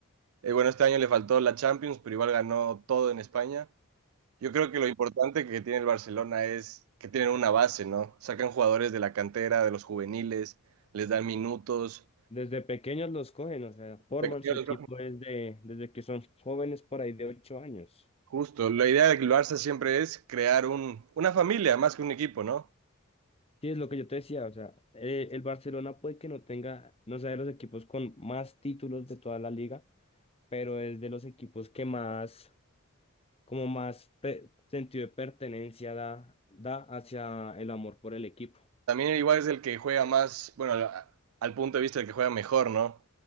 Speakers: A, on the right; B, on the left.
A: Eh, bueno, este año le faltó la Champions, pero igual ganó todo en España. Yo creo que lo importante que tiene el Barcelona es que tienen una base, ¿no? Sacan jugadores de la cantera, de los juveniles, les dan minutos.
B: Desde pequeños los cogen, o sea, forman
A: Pequeños
B: su equipo desde, desde que son jóvenes por ahí de ocho años.
A: Justo, la idea del Barça siempre es crear un, una familia más que un equipo, ¿no?
B: Sí, es lo que yo te decía, o sea, eh, el Barcelona puede que no tenga, no sea de los equipos con más títulos de toda la liga, pero es de los equipos que más, como más pe- sentido de pertenencia da, da hacia el amor por el equipo.
A: También igual es el que juega más, bueno, al, al punto de vista del que juega mejor, ¿no?